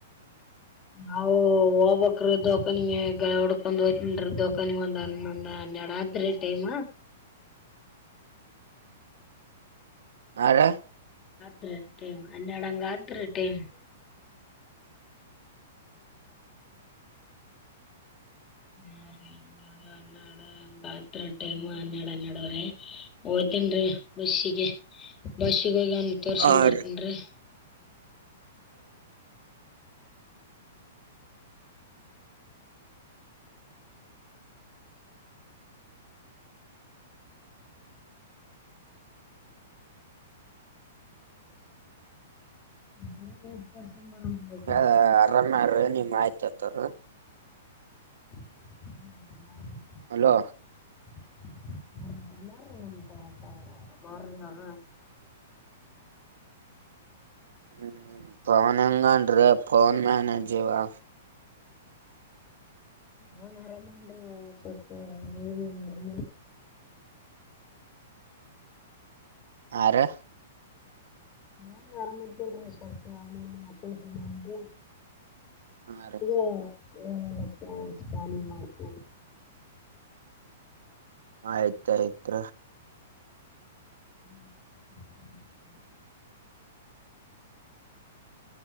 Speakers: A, on the left; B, on the right.
A: ನಾವು ಹೋಗಬಕ್ರ ದವಕನಿಗೆ ಗಳೇ ಹೊದ್. ಒಂದ್ ಹೋಕಂನ್ರೀ ದವ್ಕಾನಿಗ್ ಒಂದ್ ಹನ್ನೊಂದ್ ಹನ್ನೆರಡ್ ಆದ್ರಿ ಟೈಮ.
B: ಆರ
A: ಹ ಟೈಮ್ ಹನ್ನೆಡು ಹಂಗತ್ ರೀ ಟೈಮ್ ಹಾ ರೀ ಹನ್ನೆರಡು ಹನ್ನೆಡು್ಹತ್ರ ಟೈಮ ಹನ್ನೆರ ಹನ್ನೆಡುವ್ರೀ ಹಓ್ತನ್ರೀ ಬಸ್ಸಿಗೆ ಬಸ್ಸಿಗೆ ಹೋಗಿ ಒಗಿ ತೋರಿಸಿಕೊಡು
B: ಅ
A: ಬರ್ತನ್ರಿ ಬರೀ ತೋರ್ಸ್ಕೊಂಡ್
B: ಅ ಆರಾಮ್ಯಾರ ನಿಮ್ ಆಯ್ತ ಆತಾರ
A: ಹ್ಮ
B: ಹಲೋ
A: ಹ್ಮ ಅ್ರ ನಮ್ಮ್
B: ಹ್ಮ ಪನ್ ಹೆಂಗೊಂಡ ರೀ ಪಫೋನ್ ಮ್ಯನೆೇಜವಾ
A: ನನ್ ಆರಾಮ ಅನ್ಸ್ವಲ್ಪ ಇ
B: ಆ ರೀ
A: ಹ ಆರಾಮತಡ ಸ್ವಲ್ಪ ಅವನ ನಕ ಒಂದಸಲಿಗೆ
B: ಹ ರೀ
A: ಏಲ್ಲ ಸ್ನ ಮಾಡ್ತ
B: ಆಯ್ತ ಆಯ್ತ
A: ಹ್ಮ